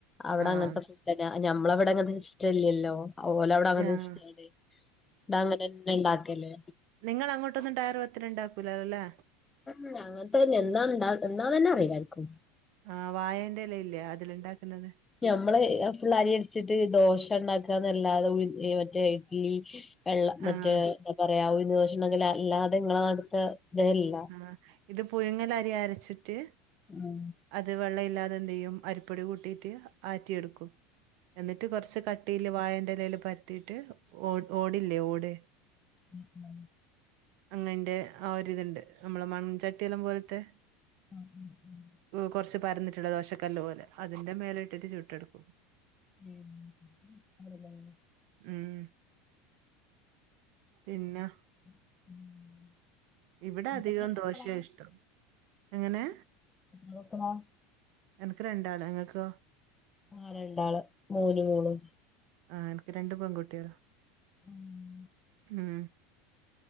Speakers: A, on the left (about 20°); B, on the right (about 65°).
A: അവിടെ
B: ആഹ്.
A: അങ്ങനത്തെ ഞമ്മളവിടെ അങ്ങനെ ഇഷ്ടമല്ലല്ലോ അതുപോലെ അവിടെ അങ്ങ
B: ആഹ്
A: ഇവിടെങ്ങനെന്നെ ഉണ്ടാക്കല്ലേ
B: നിങ്ങ അങ്ങോട്ടൊന്നും ടയർ പത്തല് ഉണ്ടാക്കൂല്ലല്ലേ
A: ഉ അങ്ങനത്തെന്നെ എന്നാ എന്താ എന്നാ തന്നെ അറിയില്ലായിരിക്കും
B: ആ് വായന്റെലയില്ലേ അതിലുണ്ടാക്കുന്നത്
A: മ്മള് ഫുള്ളരി അടിച്ചിട്ട് ദോശ ഉണ്ടാക്കാന്നല്ലാതെ മറ്റേ ഇഡ്ലി വെള്ളം മറ്റേ
B: ആഹ്
A: എന്താ പറയാ ഉഴുന്ന് ദോശ ഉണ്ടെങ്കിൽ അല്ലാതെ നിങ്ങളെ അടുത്ത ഇതല്ല
B: ആ ഇത് പുയുങ്ങല അരി അരച്ചിട്ട്
A: ഉം
B: അത് വെള്ളം ഇല്ലാതെ എന്ത് ചെയ്യും അരിപ്പൊടി കൂട്ടിട്ട് ആറ്റിയെടുക്കും എന്നിട്ട് കുറച്ച് കട്ടിയില് വായന്റെ ഇലയിൽ പരത്തിയിട്ട് ഓ ഓടില്ലേ ഓട്
A: ഉ ഉം
B: അങ്ങന്റെ ആ ഒരിതുണ്ട് നമ്മള മൺചട്ടിയല്ലം പോലത്തെ
A: ഉം ഉം ഉം
B: കുറച്ച് പരന്നി ട്ടുള്ള ദോശക്കല്ലു പോലെ അതി്ന്റെ മേല ഇട്ടിട്ട് ചുട്ടെടുക്കും
A: <unintelligible>
B: ഉം പിന്നെ
A: ഉം
B: ഇവിടെ
A: നിനക്ക്
B: അധികം
A: എത്ര മക്കളാ
B: ദോശയാ ഇഷ്ടം എങ്ങനെ
A: <unintelligible>
B: എനക്ക് രണ്ടാള ങ്ങൾക്കോ
A: ആ രണ്ടാള് മോനും മോളും
B: ആഹ എനിക്ക് രണ്ടു പെൺകുട്ടികൾ
A: ഉം
B: ഉം